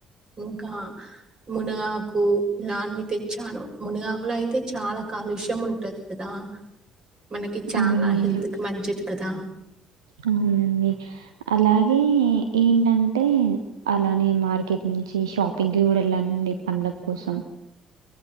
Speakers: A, on the right; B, on the right.
A: ఇంకా మునగాకు ఇలా అన్ని తెచ్చాను. మునగాకులో అయితే చాలా కాలుష్యం ఉంటది కదా. మనకి చాలా
B: అవునండి
A: హెల్త్ కి మంచిది కదా.
B: అవునండి అలాగే ఏంటంటే అలానే మార్కెట్ నుంచి షాపింగ్కి కూడా వెళ్ళానండి పండుగ కోసం.